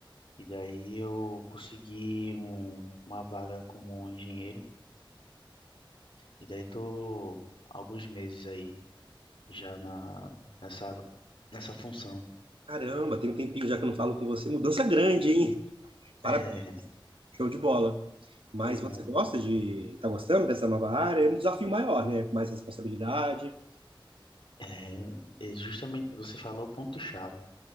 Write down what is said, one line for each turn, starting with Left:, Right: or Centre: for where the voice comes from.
Left: E daí eu consegui um- uma vaga como engenheiro. E daí tô há alguns meses aí já na, nessa, nessa função.
Right: Caramba, tem um tempinho já que eu não falo com você. Mudança grande, hein? Parabéns,
Left: <laughs>
Right: show de bola. Mas
Left: Obrigado.
Right: você gosta de... Tá gostando dessa nova área? É um desafio maior, né? Mais responsabilidade.
Left: É, é justamente, você falou o ponto-chave,